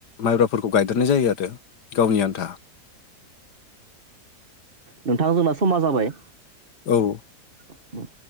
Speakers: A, on the left; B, on the right.
A: माइब्राफोरखौ गायदेरनाय जायो आरो गावनि आनथा।
B: नोंथां जोंना समा जाबाय।
A: औ
B: उम